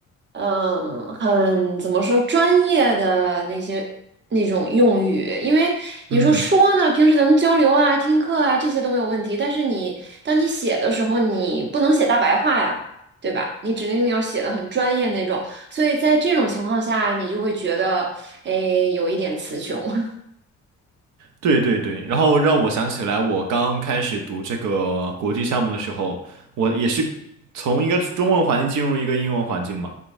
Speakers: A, on the right; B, on the right.
A: 嗯，很怎么说专业的那些那种用语，因为你说说呢，
B: 嗯。
A: 平时咱们交流啊、听课啊这些都没有问题，但是你当你写的时候，你不能写大白话呀，对吧？你指定要写的很专业那种，所以在这种情况下，你就会觉得，哎，有一点词穷。<laughs>
B: 对对对，然后让我想起来，我刚开始读这个国际项目的时候，我也是从一个中文环境进入一个英文环境嘛，